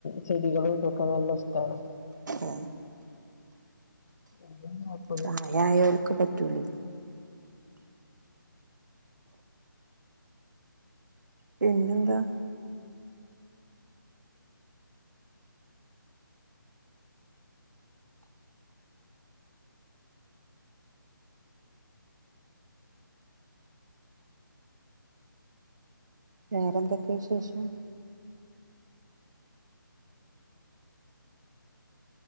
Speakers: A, on the left; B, on the right.
A: ചെടികളും ഇതൊക്കെ നല്ല ഇഷ്ടമാണ്
B: ഉം
A: <inaudible>
B: പ്രായായോൽക്ക് പറ്റൂലേ പിന്നന്ത വേറെന്തൊക്കെയ വിശേഷം